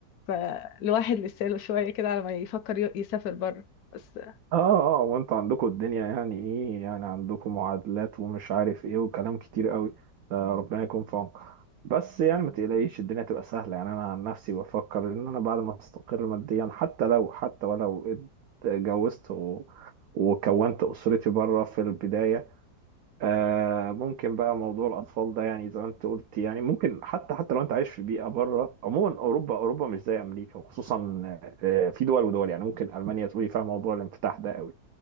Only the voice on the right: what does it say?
اه اه وانتوا عندكم الدنيا يعني ايه يعني عندكم معادلات ومش عارف ايه وكلام كتير قوي ده ربنا يكون في عونكم بس يعني ما تقلقيش الدنيا تبقى سهلة يعني انا عن نفسي بفكر ان انا بعد ما استقر ماديا حتى لو حتى ولو اتجوزت و... وكونت اسرتي بره في البداية آه ممكن بقى موضوع الاطفال ده يعني زي ما انت قلت يعني ممكن حتى حتى لو انت عايش في بيئة بره عموما اوروبا اوروبا مش زي امريكا وخصوصا آه، في دول ودول يعني ممكن المانيا تقولي فيها موضوع الانفتاح ده قوي